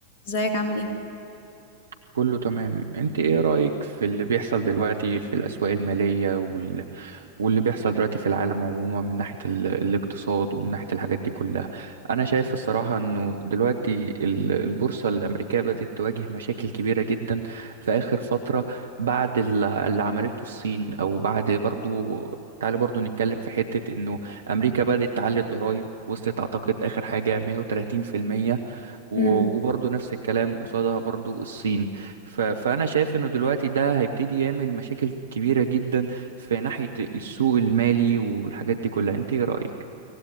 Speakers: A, on the left; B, on the right.
A: ازيك عامل ايه؟
B: كله تمام انت ايه رأيك في اللي بيحصل دلوقتي في الأسواق المالية وال... واللي بيحصل دلوقتي في العالم عموما من ناحية ال... الاقتصاد ومن ناحية الحاجات دي كلها انا شايف الصراحة انه دلوقتي ال- البورصة الأمريكية بدأت تواجه مشاكل كبيرة جدا في آخر فترة بعد ال- اللي عملته الصين او بعد برضو تعالى برضو نتكلم في حتة انه امريكا بدأت تعلي الضرائب وصلت اعتقد اخر حاجة 130% و-
A: امم
B: وبرضه نفس الكلام قصادها برضه الصين ف- فأنا شايف إنه دلوقتي ده هيبتدي يعمل مشاكل كبيرة جدا في ناحية السوق المالي والحاجات دي كلها أنت إيه رأيك؟